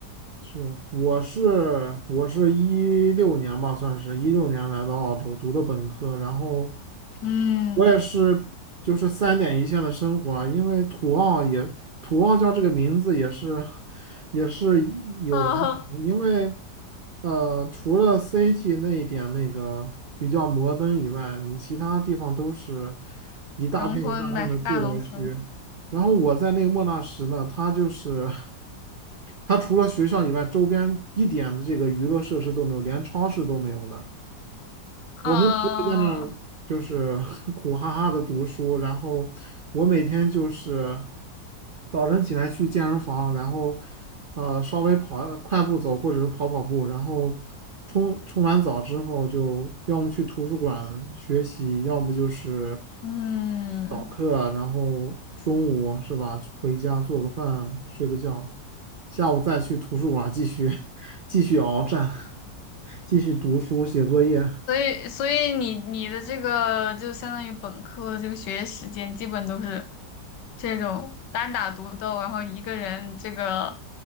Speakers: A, on the right; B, on the left.
A: 是，我是我是一六年吧，算是一六年来到澳洲读的本科，然后
B: 嗯
A: 我也是就是三点一线的生活啊，因为土澳也土澳叫这个名字也是也是有来头的，
B: 啊，
A: 因为呃除了 City 那一点那个比较摩登以外，你其他地方都是
B: <laughs>
A: 一大片一大片的住宅区，
B: 农村呗，大农村
A: 然后我在那莫纳什呢，它就是。<laughs> 它除了学校以外，周边一点的这个娱乐设施都没有，连超市都没有的。我们只有在那儿就是
B: 啊，
A: <laughs> 苦哈哈的读书，然后我每天就是早晨起来去健身房，然后呃稍微跑快步走或者是跑跑步，然后冲冲完澡之后就要么去图书馆学习，要不就是
B: 嗯。
A: 早课啊，然后中午是吧，回家做个饭，睡个觉，下午再去图书馆继续 <laughs> 继续鏖战，继续读书写作业。
B: 所以，所以你你的这个就相当于本科这个学业时间，基本都是这种单打独斗，然后一个人这个